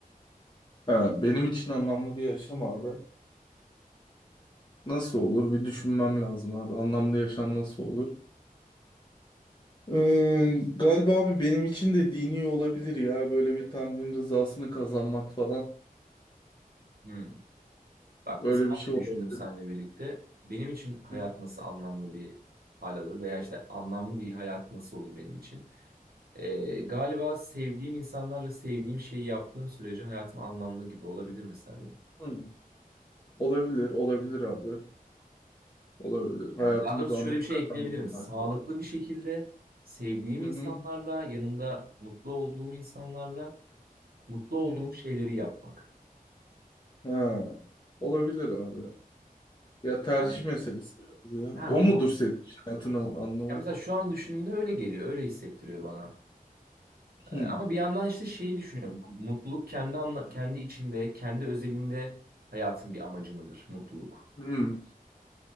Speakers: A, on the left (about 30°); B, on the right (about 85°).
A: Ha, benim için anlamlı bir yaşam abi. Nasıl olur? Bir düşünmem lazım abi. Anlamlı yaşam nasıl olur? Ee, galiba abi benim için de dini olabilir ya. Böyle bir Tanrı'nın rızasını kazanmak falan.
B: Hmm. Bak
A: Öyle
B: mesela
A: bir şey
B: ben de
A: olabilir.
B: düşündüm seninle birlikte. Benim için hayat
A: Hı.
B: nasıl anlamlı bir hal alır veya işte anlamlı bir hayat nasıl olur benim için. Ee, galiba sevdiğim insanlarla sevdiğim şeyi yaptığım sürece hayatım anlamlı gibi olabilir mesela benim.
A: hı. Olabilir, olabilir abi. Olabilir. Hayatımıza
B: Yani daha doğrusu şöyle
A: anlam
B: bir şey
A: katan
B: ekleyebilirim.
A: bir
B: Sağlıklı
A: konu.
B: bir şekilde sevdiğim
A: Hı
B: insanlarla,
A: hı.
B: yanımda mutlu olduğum insanlarla mutlu olduğum
A: Hı.
B: şeyleri yapmak.
A: Ha, olabilir abi. Ya tercih
B: Yani
A: meselesi. biraz ya.
B: ha
A: O mudur
B: o
A: senin için hayatın an- anlamı?
B: ya mesela şu an düşündüğümde öyle geliyor, öyle hissettiriyor bana.
A: Hmm.
B: Ee, Ama bir yandan işte şeyi düşünüyorum. Mutluluk kendi anla- kendi içinde, kendi özelinde hayatın bir amacı mıdır mutluluk?
A: Hmm.